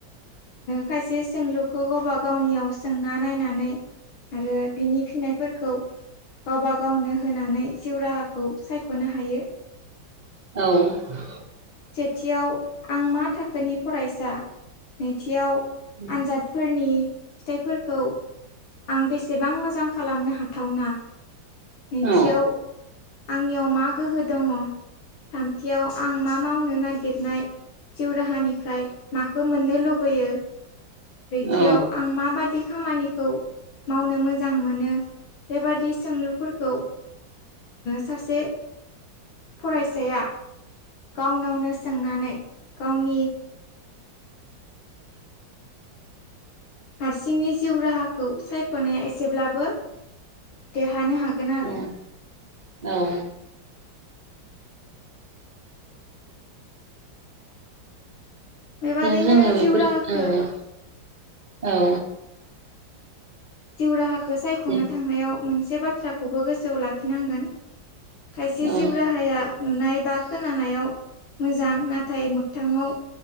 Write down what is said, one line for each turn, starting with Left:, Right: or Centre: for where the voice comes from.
Left: खायसे सोंलुखौ गावबा गावनियाव सोंना नायनानै आरो बिनि फिननायफोरखौ गावबा गावनो होनानै जिउ राहाखौ सायख'नो हायो
Right: औ
Left: सेथियाव आं मा थाखोनि फरायसा नैथियाव
Right: उम
Left: आनजादफोरनि फिथाइफोरखौ आं बेसेबां मोजां खालामनो हाथावना नैथियाव
Right: औ
Left: आंनियाव मा गोहो दङ थामथियाव आं मा मावनो नागिरनाय जिउ राहानिफ्राय माखौ मोननो लुबैयो ब्रैथियाव
Right: औ
Left: आं माबादि खामानिखौ मावनो मोजां मोनो बेबादि सोंलुफोरखौ सासे फरायसाया गावनावनो सोंनानै गावनि हारसिंनि जिउ राहाखौ सायख'नाया एसेब्लाबो देरहानो हागोन आरो।
Right: औ औ
Left: बेबादिनो
Right: दा जोङो
Left: जिउ
Right: बेफोर
Left: राहाखो
Right: औ औ
Left: जिउ राहाखौ सायख'नो
Right: दे
Left: थांनायाव मोनसे बाथ्राखौबो गोसोआव लाखिनांगोन खायसे
Right: औ
Left: जिउ राहाया नुनाय बा खोनानायाव मोजां नाथाय मोोगथाङाव